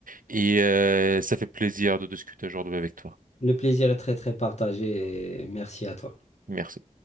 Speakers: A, on the right; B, on the left.
A: et euh, ça fait plaisir de discuter aujourd'hui avec toi.
B: Le plaisir est très, très partagé et merci à toi.
A: Merci.